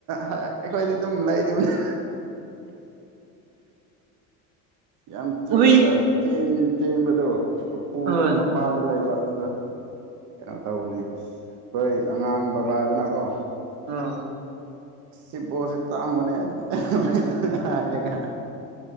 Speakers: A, on the right; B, on the right.
A: ꯍꯥꯏ ꯑꯩꯈꯣꯏꯗꯤ ꯑꯗꯨꯝ ꯂꯩꯔꯤꯕꯅꯤ ꯌꯥꯝ ꯆꯤꯛꯑꯒ
B: ꯍꯣꯏ
A: ꯆꯦꯟꯕꯗꯣ ꯄꯨꯁꯨ
B: ꯑꯥ
A: ꯃꯄꯥꯟꯗ ꯂꯩꯕ ꯑꯗꯨꯗ ꯀꯩꯅꯣ ꯇꯧꯕꯅꯦ ꯑꯁ ꯑꯩꯈꯣꯏ ꯑꯉꯥꯡ ꯕꯕꯥꯗꯨꯅꯀꯣ
B: ꯑꯥ
A: ꯁꯤꯕꯣꯠꯁꯤ ꯇꯥꯡꯕꯅꯦ ꯑꯗꯨꯃꯥꯏ ꯍꯥꯏꯔꯒ